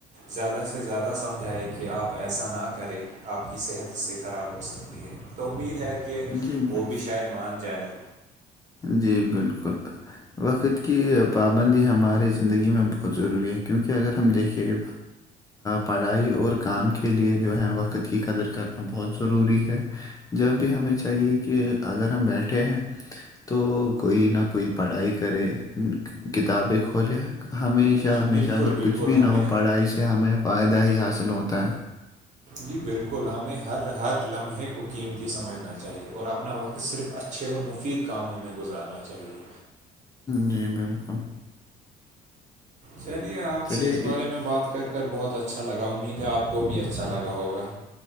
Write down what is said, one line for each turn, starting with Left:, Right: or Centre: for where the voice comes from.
Right: زیادہ سے زیادہ سمجھائے کہ آپ ایسا نہ کریں آپ کی صحت اس سے خراب ہو سکتی ہے تو امید ہے کہ
Left: جی میں-
Right: وہ بھی شاید مان جائے
Left: جی بالکل وقت کی پابندی ہمارے زندگی میں بہت ضروری ہے کیونکہ اگر ہم دیکھے پڑھائی اور کام کے لئے جو ہے وقت کی قدر کرنا بہت ضروری ہے جب بھی ہمیں چاہیے کہ اگر ہم بیٹھے ہیں تو کوئی نہ کوئی پڑھائی کرے کتابیں کھولے ہمیشہ
Right: جی
Left: ہمیشہ
Right: بالکل
Left: اگر
Right: بالکل
Left: کچھ بھی
Right: ہمیں
Left: نہ ہو پڑا اس سے ہمیں فائدہ ہی حاصل ہوتا ہے
Right: جی بالکل ہمیں ہر ہر لمحے کو قیمتی سمجھنا چاہیے اور اپنا وقت ک صرف اچھے اور مفید کاموں میں گزارنا چاہیے
Left: جی بالکل
Right: چلیے آپ
Left: چلیے
Right: سے اس
Left: ا-
Right: بارے میں بات کر کر بہت اچھا لگا امید ہے آپ کو بھی اچھا لگا ہوگا